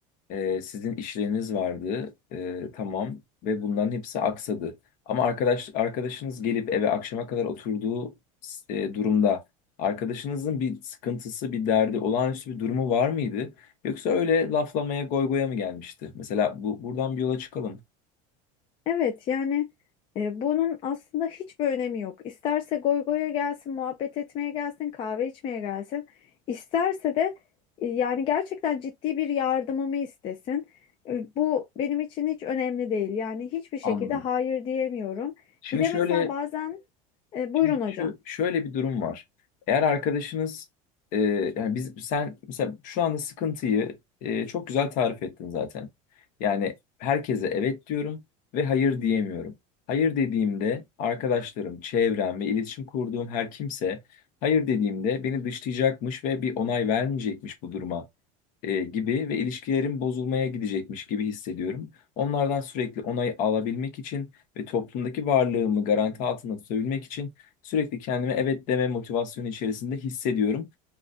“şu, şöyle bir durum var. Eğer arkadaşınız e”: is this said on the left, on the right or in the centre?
Left